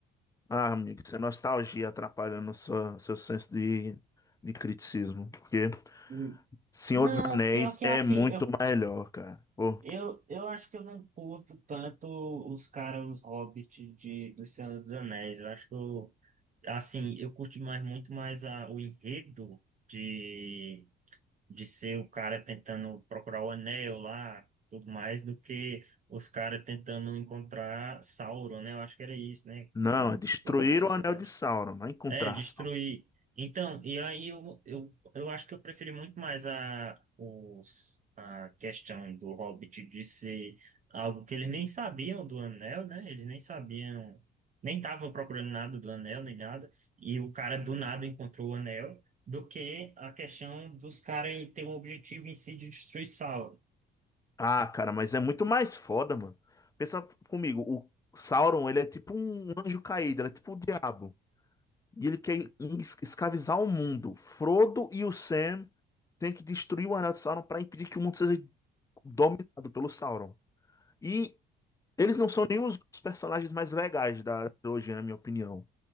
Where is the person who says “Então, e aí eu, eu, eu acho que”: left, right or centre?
Right